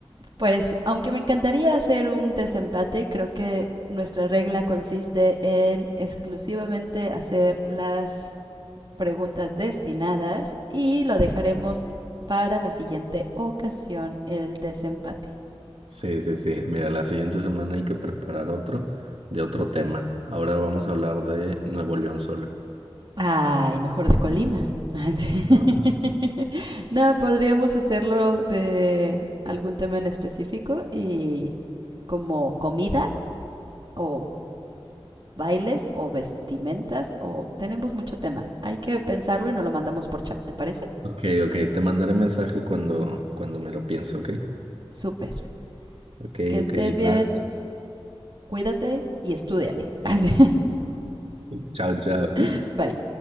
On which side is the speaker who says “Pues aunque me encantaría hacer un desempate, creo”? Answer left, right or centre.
Right